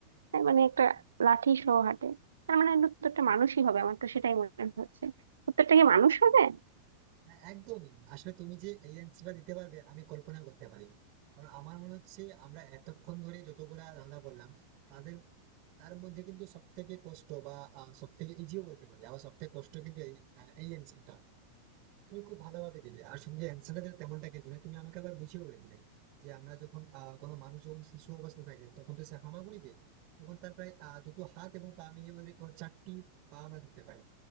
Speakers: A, on the right; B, on the right.
A: তার মানে একটা লাঠি সহ হাঁটে তার মানে প্রত্যেকটা মানুষই হবে আমার তো সেটাই মনে হচ্ছে প্রত্যেকটা কি মানুষ হবে
B: হ্যাঁ, একদমই আসলে তুমি যে এই অ্যান্সারটা দিতে পারবে আমি কল্পনা করতে পারি কারণ আমার মনে হচ্ছে আমরা এতক্ষণ ধরে যতগুলা ধাঁধা বললাম তাদের তার মধ্যে কিন্তু সব থেকে কষ্ট বা সব থেকে ইজিও বলতে পারি আবার সব থেকে কষ্ট কিন্তু এই আহ, এই অ্যান্সারটা তুমি খুব ভালোভাবে দিলে আর সঙ্গে অ্যান্সারটা দিলে তেমনটা কিন্তু নয়, তুমি আমাকে আবার বুঝিয়ে বলে দিলে যে আমরা যখন আহ কোনো মানুষ যখন শিশু অবস্থা থাকে তখন তো সে হামাগুড়ি দেয় তখন তার প্রায় আহ দুটো হাত এবং পা মিলিয়ে বোধহয় ওর চারটি পা আমরা ধরতে পারি